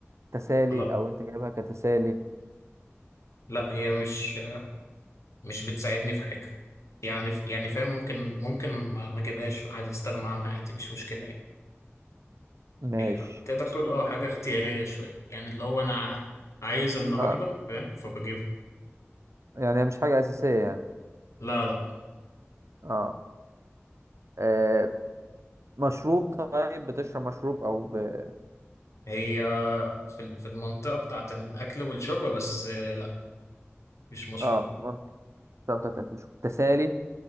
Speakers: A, on the right; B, on the left.
A: تسالي
B: لا
A: او انت جايبها كتسالي
B: لا هي مش آه، مش بتساعدني في حاجه يعني يعني فاهم ممكن ممكن ما ما اجيبهاش عادي استغنى عنها عادي مش مشكله يعني
A: ماشي
B: هي تقدر تقول اه حاجه اختياريه شويه يعني اللي هو انا عايز النهارده
A: آه،
B: فاهم فبجيب
A: يعني هي مش حاجة أساسية يعني
B: لا لا
A: اه آه، مشروب طيب بتشرب مشروب أو ب...
B: هي في في المنطقه بتاعه الاكل والشرب بس آه، لا مش مشروب
A: اه طب تاكل شو تسالي